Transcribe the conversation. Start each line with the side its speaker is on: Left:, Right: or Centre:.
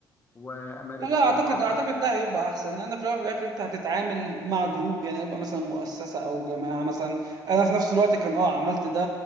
Left: وامارس
Right: لا لا اعتقد
Left: آه، ابقى
Right: اعتقد ده هيبقى احسن لان في الاول وفي الاخر انت هتتعامل مع جروب يعني هيبقى مثلا مؤسسه او جماعه مثلا انا في نفس الوقت كان اه عملت ده